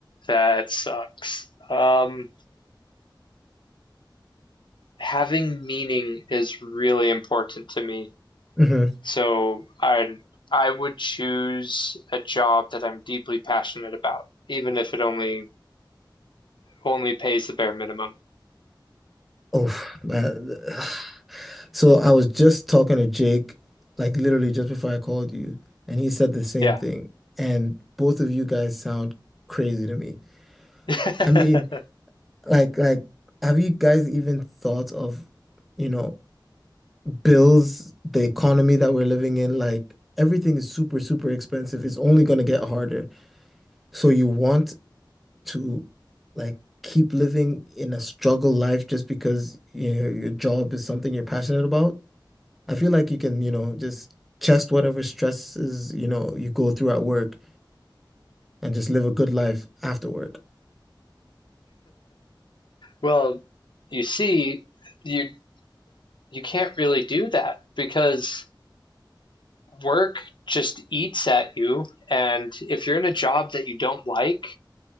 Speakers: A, on the left; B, in the centre.
A: that sucks. Um, having meaning is really important to me.
B: hmm
A: So I I would choose a job that I'm deeply passionate about, even if it only only pays the bare minimum.
B: Oh, man. <sighs> So I was just talking to Jake, like literally just before I called you, and he said the same
A: Yeah.
B: thing. And both of you guys sound crazy to me.
A: <laughs>
B: I mean, like, like, have you guys even thought of, you know, bills, the economy that we're living in, like everything is super, super expensive. It's only going to get harder. So you want to like keep living in a struggle life just because you know, your job is something you're passionate about. I feel like you can, you know, just chest whatever stresses, you know, you go through at work and just live a good life after work.
A: Well, you see, you you can't really do that because work just eats at you, and if you're in a job that you don't like,